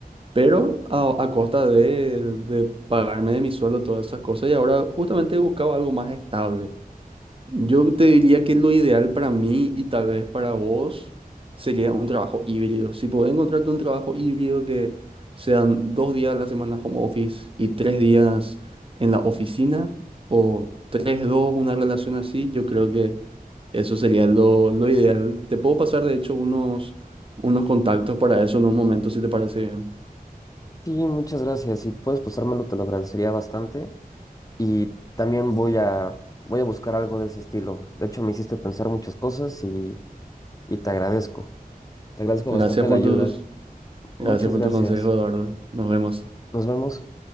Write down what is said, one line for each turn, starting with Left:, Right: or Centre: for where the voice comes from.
Right: pero a, a costa de, de pagarme de mi sueldo todas esas cosas y ahora justamente buscaba algo más estable. Yo te diría que lo ideal para mí y tal vez para vos sería un trabajo híbrido. Si podés encontrarte un trabajo híbrido que sean dos días a la semana home office y tres días en la oficina o tres, dos, una relación así, yo creo que eso sería lo, lo ideal. Te puedo pasar, de hecho, unos, unos contactos para eso en un momento, si te parece bien.
Left: Sí, muchas gracias. Si puedes pasármelo, te lo agradecería bastante. Y también voy a, voy a buscar algo de ese estilo. De hecho, me hiciste pensar muchas cosas y, y te agradezco. Te agradezco
Right: Gracias
Left: bastante la
Right: por
Left: ayuda.
Right: tus,
Left: Muchas
Right: gracias por
Left: gracias.
Right: tu consejo, Eduardo. Nos vemos.
Left: Nos vemos.